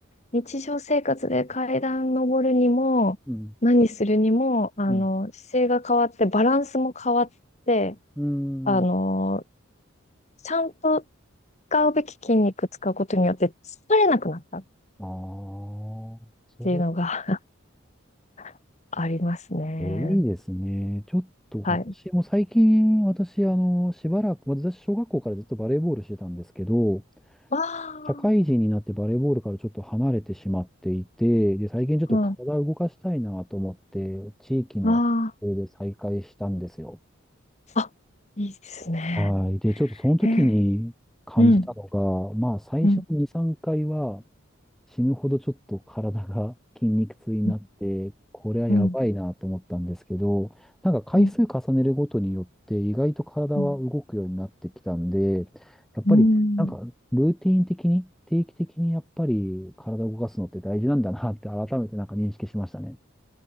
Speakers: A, on the left; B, in the centre.
A: 日常生活で階段登るにも、
B: <laughs> うん。
A: 何するにも、あの、
B: うん。
A: 姿勢が変わって、バランスも変わって、
B: うーん
A: あの、ちゃんと使うべき筋肉使うことによって疲れなくなったっ
B: ああ、そう。
A: ていうのが <laughs> ありますね。
B: え、いいですね。ちょっと私も最近、
A: はい。
B: 私、あの、しばらく、私、小学校からずっとバレーボールしてたんですけど、
A: わあ、
B: 社会人になってバレーボールからちょっと離れてしまっていて、で、最近ちょっと体を動かしたいなと思って、
A: うん。あ
B: 地域の撮影で再開したんですよ。
A: あ。あ、いいですね。
B: はい。で、ちょっとその時に感じたのが、
A: へえ、うん、
B: まあ、最初の2、
A: うん、
B: 3回は、死ぬほどちょっと体が筋肉痛になって、
A: うん、
B: これはやばいなと思ったんですけど、
A: うん、
B: なんか回数重ねるごとによって意外と体は動くようになってきたんで、
A: うん、
B: やっぱりなんかルーティン的に、
A: うん、
B: 定期的にやっぱり体を動かすのって大事なんだなって改めてなんか認識しましたね。